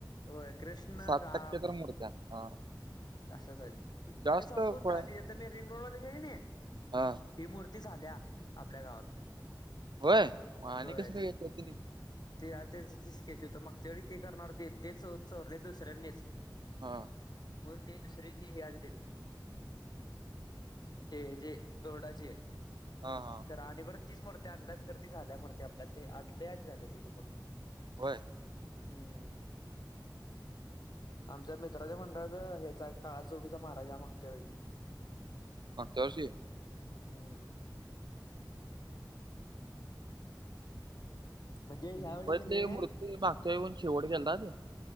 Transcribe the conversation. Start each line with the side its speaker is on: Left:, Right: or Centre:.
Left: होय कृष्ण
Right: साठ
Left: राम.
Right: टक्के तर मूर्त्या हा.
Left: अशाच आहे
Right: जास्त
Left: आणि सांगू
Right: खोळ्या
Left: आणि तर मी रिंग रोडवाले हाय नाही.
Right: हा
Left: ही मूर्ती झाल्या आपल्या गावात
Right: होय आणि
Left: होय
Right: कसं काय
Left: ती
Right: याच्या तली.
Left: ते आ त्यांचं ते स्केच होतं मागच्या वेळी ते करणार ते तेच चोरले दुसऱ्यांनीच.
Right: हा.
Left: म्हणून ते दुसरे ते हे आलतेत. ते जे रोडाचे
Right: हा हा.
Left: तर आणि बरं तीच मूर्ती आणल्या तर ती झाल्या मूर्ती आपल्या ते आपल्या आधी ती झाले ती मूर्ती.
Right: होय.
Left: हम्म. आमच्या मित्राच्या मंडळाच ह्याचा आहे काळा चौकीचा महाराजा आहे मागच्या वेळची.
Right: मागच्या वर्षी
Left: हम. म्हणजे ह्यावेळी
Right: मुंबईतले
Left: की नाही
Right: मूर्ती मागच्या वेळी पण शेवट गेलता तो.